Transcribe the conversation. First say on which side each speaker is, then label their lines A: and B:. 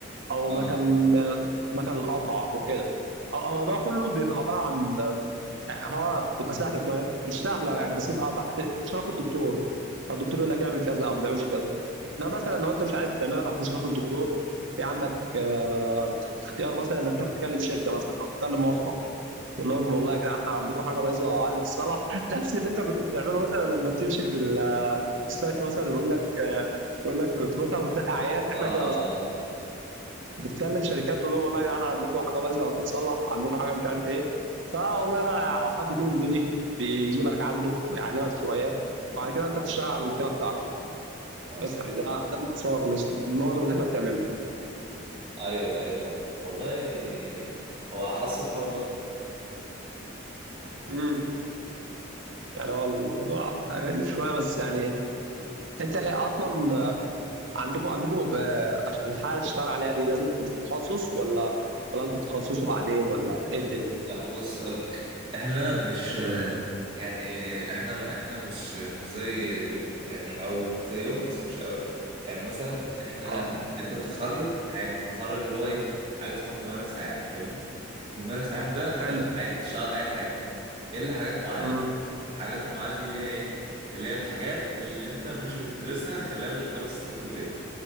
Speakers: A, on the right; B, on the right.
A: او
B: اه
A: مكن مكن القطع او كده أو- الموضوع كله بيبقى عباره عن هو بتبقى سهله شويه مش سهله يعني بس يبقى تحت اشراف الدكتور الدكتور يقول لك اعمل كذا او ما تعملش كذا ده مثلا لو انت مش عايز تعملها تحت اشراف الدكتور في عندك آه، اختيار مثلا انك تروح تكلم شركه مثلا او تكلم مصنع تقول لهم والله يا جدعان عندكم حاجه بايظه عايزه تتصلح <laughs> نفس اللي انت كنت بتعمله مثلا لما بتمشي في المستشفى مثلا بيقول لك آه، يقول لك كنت مثلا وتنقي عيان احنا
B: اه اه
A: كده بتكلم شركات تقول لهم والله يا جدعان عندكم حاجه بايظه هتتصلح عندكم حاجه مش عارف ايه فوالله بقى يعني لو حد فيهم بيجي بيجيبك عنده ويعلمك شويه وبعد كده انت بتشتغل على المشكله بتاعته
B: آه.
A: بس يعني ده ده باختصار نس- معظم اللي احنا بنعمله
B: ايوه ايوه فاهم والله هو حاسس الحوار مطلب
A: امم يعني هو الموضوع غريب شويه بس يعني انت ايه اصلا آه، عندكم عندكم آه، عشان الحاله اللي تشتغل عليها دي لازم تكون في تخصص ولا ولا انتوا بتتخصصوا بعدين ولا ايه الدنيا؟
B: لا بص أقولك احنا مش يعني احنا احنا مش مش زي طب يعني او زيهم بس مش قوي يعني مثلا احنا
A: اه
B: انت بتتخرج عادي بتتخرج اللي هو ايه حاجه اسمها ممارس عام فاهمني ممارس عام ده انت
A: حلو
B: عادي بتشتغل اي حاجه الا حاجات معينه
A: امم
B: الحاجات المعينه دي اللي هي ايه اللي هي الحاجات اللي انت مش بتدرسها خلال الخمس سنين كليه